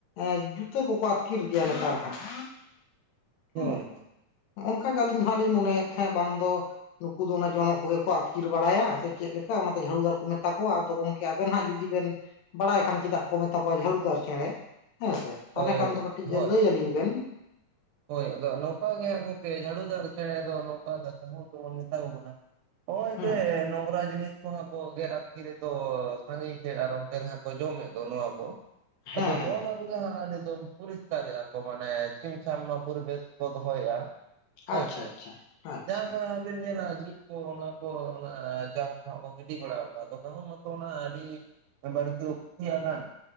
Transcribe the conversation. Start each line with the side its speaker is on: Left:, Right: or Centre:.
Left: ᱮᱸ ᱡᱩᱛᱟᱹ ᱠᱚ-ᱠᱚ ᱟᱛᱠᱤᱨ ᱜᱮᱭᱟ ᱞᱮᱛᱟᱲ ᱦᱟᱸᱜ᱾
Right: ᱚᱭ᱾
Left: ᱦᱮᱸ ᱚᱱᱠᱟ ᱜᱮ ᱟᱹᱞᱤᱧ ᱣᱚᱦᱟᱸᱜ ᱞᱤᱧ ᱢᱚᱱᱮᱭᱮᱜ ᱛᱷᱮᱸᱜ ᱵᱟᱝ ᱫᱚ ᱱᱩᱠᱩ ᱫᱚ ᱚᱱᱟ ᱡᱚᱱᱚᱜ ᱠᱚᱜᱮ ᱠᱚ ᱟᱛᱠᱤᱨ ᱵᱟᱲᱟᱭᱟ ᱥᱮ ᱪᱮᱜ ᱞᱮᱠᱟ? ᱚᱱᱟ ᱛᱮ ᱡᱷᱟᱲᱩᱫᱟᱨ ᱠᱚ ᱢᱮᱛᱟᱠ ᱚ ᱟᱫᱚ ᱜᱚᱝᱠᱮ, ᱟᱵᱮᱱ ᱦᱟᱸᱜ ᱡᱩᱫᱤ ᱵᱮᱱ ᱵᱟᱲᱟᱭ ᱠᱷᱟᱱ ᱪᱮᱫᱟᱜ ᱠᱚ ᱢᱮᱛᱟ ᱠᱚᱣᱟ ᱡᱷᱟᱲᱩᱫᱟᱨ ᱪᱮᱬᱮ ᱦᱮᱸ ᱥᱮ?
Right: ᱦᱳᱭ ᱦᱳᱭ
Left: ᱛᱟᱞᱮ ᱠᱷᱟᱱ ᱫᱚ ᱠᱟᱹᱴᱤᱡ
Right: ᱦᱳᱭ
Left: ᱞᱟᱹᱭ ᱟᱹᱞᱤᱧ ᱵᱮᱱ᱾
Right: ᱦᱳᱭ, ᱟᱫᱚ ᱱᱚᱝᱠᱟ ᱜᱮ ᱜᱚᱝᱠᱮ ᱡᱷᱟᱲᱩ ᱫᱟᱨ ᱪᱮᱬᱮ ᱫᱚ <inaudible> ᱢᱮᱛᱟ ᱠᱚ ᱠᱟᱱᱟ᱾ ᱚᱸᱭ
Left: ᱦᱮᱸ
Right: ᱡᱮ ᱱᱚᱝᱨᱟ ᱡᱤᱱ ᱠᱩ ᱦᱟᱸᱜ ᱠᱚ ᱜᱮᱨ ᱟᱛᱠᱤ ᱨᱮᱫᱚ ᱥᱟᱸᱜᱤᱧ ᱥᱮᱜ ᱟᱨ ᱚᱱᱛᱮ ᱨᱮᱦᱟᱸᱜ ᱠᱚ ᱡᱚᱢᱮᱜ ᱫᱚ ᱱᱚᱣᱟ ᱠᱚ᱾
Left: ᱦᱮᱸ
Right: ᱟᱫᱚ
Left: ᱦᱮᱸ
Right: ᱱᱚᱜᱼᱚ ᱱᱟ ᱠᱚᱜᱮ ᱦᱟᱸᱜ ᱟᱹᱰᱤ ᱫᱚ ᱯᱚᱨᱤᱥᱠᱟᱨᱮᱜᱼᱟ ᱠᱚ ᱢᱟᱱᱮ ᱪᱤᱢ ᱪᱟᱢᱱᱟ 'ᱯᱚᱨᱤᱵᱮᱥ' ᱠᱚ ᱫᱚᱦᱚᱭᱮᱜᱼᱟ ᱦᱳᱭ
Left: ᱟᱪᱪᱷᱟ
Right: ᱥᱮ
Left: ᱟᱪᱪᱷᱟ ᱟᱪᱪᱷᱟ
Right: ᱡᱟᱦᱟᱸ ᱠᱚᱨᱮ ᱦᱚᱸ ᱵᱮᱱ ᱧᱮᱞᱟ ᱡᱤᱞ ᱠᱚ, ᱚᱱᱟ ᱠᱚ, ᱚᱱᱟ ᱡᱟᱝ ᱠᱚ ᱦᱟᱸᱜ ᱠᱚ ᱜᱤᱰᱤ ᱵᱟᱲᱟᱣ ᱠᱟᱜ ᱫᱚ ᱠᱟᱦᱩᱸ ᱢᱟᱛᱚ ᱚᱱᱟ ᱟᱰᱤ ᱵᱟᱹᱲᱛᱤᱣ ᱛᱤᱭᱟᱜ ᱠᱟᱱ